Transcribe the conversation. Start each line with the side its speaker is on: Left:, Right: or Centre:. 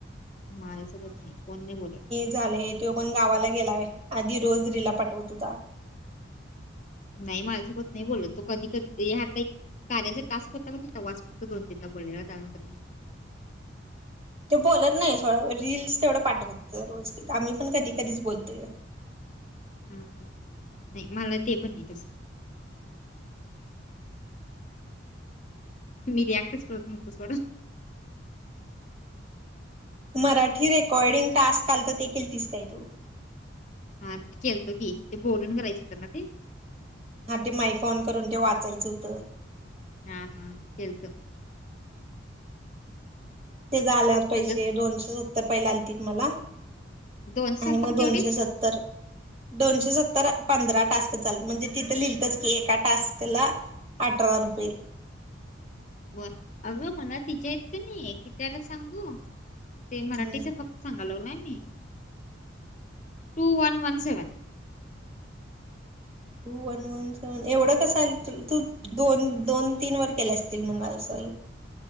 Left: माझ्यासोबत नाही कोण नाही बोल
Right: झाले तो पण गावाला गेलाय आधी रोज रिला पाठवत होता
Left: नाही माझ्यासोबत नाही बोलत तो कधी कधी हाता एक कार्याचा टास्क होता काण तवास फक्त दोन तीनदा बोललेला त्यानंतर
Right: ते बोलत नाही सोड रीलस तेवढं पाठत होतं रोज आम्ही पण कधी कधीच बोलतोय
Left: नाही मला ते पण नाही तसं मर याॲक्टस करतम तो सोड
Right: मराठी रेकॉर्डिंग टास्क चालतील तीस काय तू
Left: हा खळतो की ते बोलून करायचंत ना ते
Right: हा ते माइक ऑन करून ते वाचायचं होतं
Left: हा हा तेलतो
Right: ते आल्यात पैसे
Left: सगळं
Right: दोनशे सत्तर पहिले आलेतील मला
Left: दोन स्वयंपाक
Right: आणि मग
Left: तेवढीच
Right: दोनशे सत्तर दोनशे सत्तर पंधरा टास्क चालत म्हणजे तिथं लिहतच की एका टास्क ला अठरा रुपये
Left: बर अगं मला तिचा इतक नाही की तकिती आलं सांगू ते मराठीच
Right: हम्म
Left: फक्त सांगा लावलाय मी two one one seven
Right: two one one seven एवढं कसं आल तू दोन दोन तीन वर केल्या असतील म्हणाल सल